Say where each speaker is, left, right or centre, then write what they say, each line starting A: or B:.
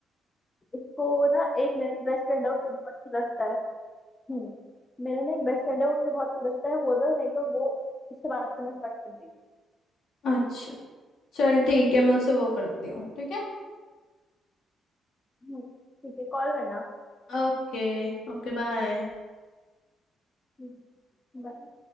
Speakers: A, on the left; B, on the left.
A: उसको ना एक मेरा बेस्ट फ्रेंड है उससे बहुत खिलस्ता है हम्म मेरा ना एक बेस्ट फ्रेंड है उससे बहुत खिलस्ता है बोल दो नहीं तो वो उससे बात करना स्टार्ट कर देगी
B: अच्छा चल ठीक है मैं उसे वो करती हूँ ठीक है
A: हम्म ठीक है कॉल करना
B: ओके Okay bye
A: हम्म, bye.